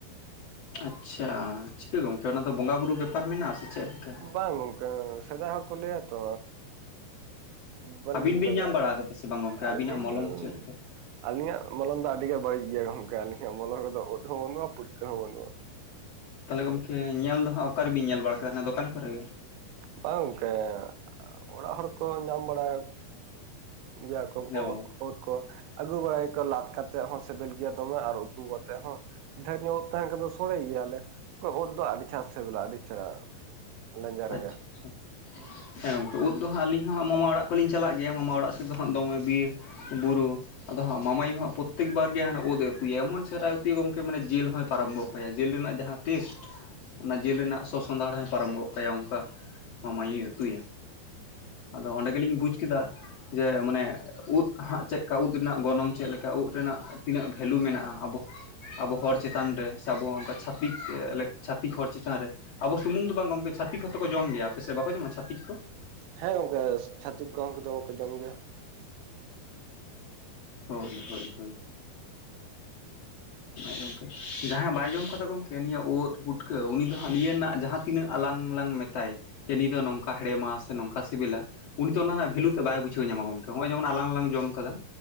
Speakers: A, on the left; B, on the right.
A: ᱟᱪᱪᱷᱟ ᱪᱤᱠᱟᱹ ᱜᱚᱝᱠᱮ ᱚᱱᱟᱫᱚ ᱵᱚᱸᱜᱟ ᱵᱩᱨᱩ ᱵᱮᱯᱟᱨ ᱢᱮᱱᱟᱜᱼᱟ ᱥᱮ ᱪᱮᱫ ᱠᱟ
B: ᱵᱟᱝ ᱜᱚᱝᱠᱮ ᱥᱮᱫᱟᱭ ᱦᱚᱲ ᱠᱚ ᱞᱮᱭᱟ ᱛᱚ ᱵᱟᱹᱱ
A: ᱟᱹᱵᱤᱱ ᱵᱤᱱ
B: ᱫᱟᱲᱮᱭᱟᱜ,
A: ᱧᱟᱢ ᱵᱟᱲᱟ ᱠᱟᱫᱟ ᱥᱮ ᱵᱟᱝ ᱜᱚᱝᱠᱮ
B: ᱟᱞᱤᱧ
A: ᱟᱹᱵᱤᱱᱟᱜ ᱢᱚᱞᱚᱝ
B: ᱫᱚ
A: ᱪᱮᱫ ᱞᱮᱠᱟ?
B: ᱟᱹᱞᱤᱧᱟᱜ ᱢᱚᱞᱚᱱ ᱫᱚ ᱟᱹᱰᱤᱜ ᱜᱮ ᱵᱟᱹᱲᱤᱡ ᱜᱤᱭᱟᱹ ᱜᱚᱢᱠᱮ ᱟᱹᱞᱤᱧᱟᱜ ᱢᱚᱞᱚᱝ ᱨᱮᱫᱚ ᱩᱫ ᱦᱚᱸ ᱵᱟᱹᱱᱩᱜᱼᱟ ᱯᱩᱴᱠᱟᱹ ᱦᱚᱸ ᱵᱟᱹᱱᱩᱜᱼᱟ,
A: ᱛᱟᱦᱚᱞᱮ ᱜᱚᱢᱠᱮ ᱧᱮᱞ ᱫᱚ ᱦᱟᱸᱜ ᱚᱠᱟᱨᱮᱵᱤᱱ ᱧᱮᱞ ᱵᱟᱲᱟ ᱠᱮᱫᱟ ᱦᱟᱱᱟ ᱫᱚᱠᱟᱱ ᱠᱚᱨᱮᱜ ᱜᱮ?
B: ᱵᱟᱝ ᱜᱚᱝᱠᱮ ᱚᱲᱟᱜ ᱦᱚᱲ ᱠᱚ ᱧᱟᱢ ᱵᱟᱲᱟᱭᱟ, ᱡᱟ ᱠᱚ
A: ᱚ
B: ᱳᱫᱽ ᱠᱚ ᱟᱹᱜᱩ ᱵᱟᱲᱟᱭᱠᱚ ᱞᱟᱫ ᱠᱟᱛᱮᱜ ᱦᱚᱸ ᱥᱤᱵᱤᱞ ᱜᱮᱭᱟ ᱫᱚᱢᱮ ᱟᱨ ᱩᱛᱩ ᱠᱟᱛᱮᱜ ᱦᱚᱸ, ᱫᱷᱮᱨ ᱧᱚᱜ ᱩᱫ ᱛᱟᱦᱮᱱ ᱠᱷᱟᱱ ᱫᱚ ᱥᱳᱲᱮ ᱜᱮᱭᱟᱞᱮ, ᱜᱚᱝᱠᱮ ᱩᱫ ᱫᱚ ᱟᱹᱰᱤ ᱪᱮᱦᱨᱟ ᱥᱮᱵᱮᱞᱚᱜᱼᱟ ᱟᱹᱰᱤ ᱪᱮᱦᱨᱟ᱾ ᱞᱮᱸᱡᱮᱨ
A: ᱟᱪᱪᱷᱟ
B: ᱜᱮ
A: ᱟᱪᱪᱷᱟ ᱦᱮᱸ ᱱᱚᱢᱠᱮ ᱩᱫ ᱫᱚ ᱦᱟᱸᱜ ᱟᱹᱞᱤᱧ ᱦᱚᱸᱜ ᱢᱟᱢᱟ ᱚᱲᱟᱜ ᱠᱚᱞᱤᱧ ᱪᱟᱞᱟᱜ ᱜᱮᱭᱟ ᱢᱟᱢᱟ ᱚᱲᱟᱜ ᱥᱮᱫ ᱫᱚ ᱦᱟᱸᱜ ᱫᱚᱢᱮ ᱵᱤᱨ, ᱵᱩᱨᱩ ᱟᱫᱚ ᱦᱟᱸᱜ ᱢᱟᱢᱟᱭᱩ ᱦᱟᱸᱜ ᱯᱛᱛᱮᱠ ᱵᱟᱨ ᱜᱮ ᱦᱟᱱᱮ ᱳᱫᱽ ᱮ ᱩᱛᱩᱭᱟ ᱮᱢᱚᱱ ᱪᱮᱨᱦᱟᱭ ᱩᱛᱩᱭᱟ ᱜᱚᱢᱠᱮ ᱢᱟᱱᱮ ᱡᱮᱞ ᱦᱚᱸᱭ ᱯᱟᱨᱚᱢ ᱜᱚᱜ ᱠᱟᱭᱟ ᱡᱮᱞ ᱨᱮᱱᱟᱜ ᱡᱟᱦᱟᱸ ᱴᱮᱥᱴ ᱚᱱᱟ ᱡᱮᱞ ᱨᱮᱱᱟᱜ ᱥᱚ ᱥᱚᱱᱫᱷᱟᱲ ᱦᱚᱸᱭ ᱯᱟᱨᱚᱢ ᱜᱚᱜ ᱠᱟᱭᱟ ᱚᱝᱠᱟ ᱢᱟᱢᱟᱭᱩᱭ ᱩᱛᱩᱭᱟ᱾ ᱟᱫᱚ ᱚᱸᱰᱮ ᱜᱮᱞᱤᱧ ᱵᱩᱡᱽ ᱠᱤᱫᱟ ᱡᱮ ᱢᱟᱱᱮ ᱩᱫ ᱦᱟᱸᱜ ᱪᱮᱫ ᱠᱟ ᱩᱫ ᱨᱮᱱᱟᱜ ᱜᱚᱱᱚᱝ ᱪᱮᱫ ᱞᱮᱠᱟ ᱩᱫ ᱨᱮᱱᱟᱜ ᱛᱤᱱᱟᱹᱜ ᱵᱷᱮᱞᱩ ᱢᱮᱱᱟᱜᱼᱟ ᱟᱵᱚ ᱟᱵᱚ ᱦᱚᱲ ᱪᱮᱛᱟᱱ ᱨᱮ ᱥᱮ ᱟᱵᱚ ᱚᱱᱠᱟ ᱪᱷᱟᱛᱤᱠ ᱞᱮᱠ ᱪᱷᱟᱛᱤᱠ ᱦᱚᱲ ᱪᱮᱛᱟᱱ ᱨᱮ ᱟᱵᱚ ᱥᱩᱢᱩᱝ ᱫᱚ ᱵᱟᱝ ᱜᱚᱢᱠᱮ ᱪᱷᱟᱹᱛᱤᱠ ᱠᱚᱛᱚ ᱠᱚ ᱡᱚᱢ ᱜᱮᱭᱟ ᱟᱯᱮᱥᱮᱜ ᱵᱟᱠᱚ ᱡᱚᱢᱟ ᱪᱷᱟᱹᱛᱤᱠ ᱠᱚ?
B: ᱦᱮᱸ ᱜᱚᱢᱠᱮ ᱪᱷᱟᱹᱛᱤᱠ ᱠᱚᱫᱚ ᱠᱚ ᱡᱚᱢ ᱜᱮᱭᱟ᱾
A: ᱦᱳᱭ ᱦᱳᱭ ᱦᱳᱭ ᱜᱚᱢᱠᱮ ᱡᱟᱦᱟᱸᱭ ᱵᱟᱭ ᱡᱚᱢ ᱠᱟᱫᱟ ᱜᱚᱢᱠᱮ ᱱᱤᱭᱟᱹ ᱳᱫ ᱯᱩᱴᱠᱟᱹ ᱩᱱᱤ ᱫᱚ ᱱᱤᱭᱟᱹ ᱨᱮᱱᱟᱜ ᱡᱟᱦᱟᱸ ᱛᱤᱱᱟᱹᱜ ᱟᱞᱟᱝᱞᱟᱝ ᱢᱮᱛᱟᱭ ᱡᱮ ᱱᱤᱭᱟ ᱫᱚ ᱱᱚᱝᱠᱟ ᱦᱮᱲᱮᱢᱢᱟ ᱥᱮ ᱱᱚᱝᱠᱟ ᱥᱤᱵᱤᱞᱟ, ᱩᱱᱤ ᱫᱚ ᱚᱱᱟ ᱨᱮᱱᱟᱜ ᱵᱷᱮᱞᱩ ᱫᱚ ᱵᱟᱭ ᱵᱩᱡᱷᱟᱹᱣ ᱧᱟᱢᱟ ᱜᱚᱢᱠᱮᱱᱚᱭᱚᱭ ᱡᱮᱢᱚᱱ ᱟᱞᱟᱝᱞᱟᱝ ᱡᱚᱢ ᱟᱠᱟᱫᱟ,